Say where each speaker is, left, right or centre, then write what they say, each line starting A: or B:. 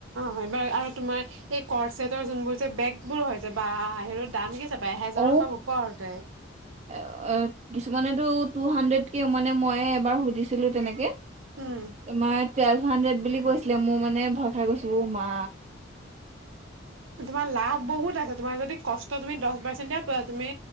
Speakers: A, on the right (about 85°); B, on the right (about 35°).
A: হয় বাৰু আৰু তোমাৰ এই কৰ্চ চেটৰ যোনবোৰ যে বেগ বোৰ হৈ হৈছে বা সেৰো দাম কি। পায় এহেজাৰ
B: অ',
A: চব ওপৰতে।
B: এ, এ, কিছুমানেতো টু হাণ্ড্ৰেডকে মানে ময়ে এবাৰ সুধিছিলোঁ তেনেকে।
A: উম
B: তোমাৰ টুৱেলভ হাড্ৰেড বুলি কৈছিলে মো মানে ভয় খাই গৈছো ও মা।
A: তোমাৰ লাভ বহুত আছে তোমাৰ যদি কষ্ট তুমি দহ পাৰ্চেন্টে। পোৱা তুমি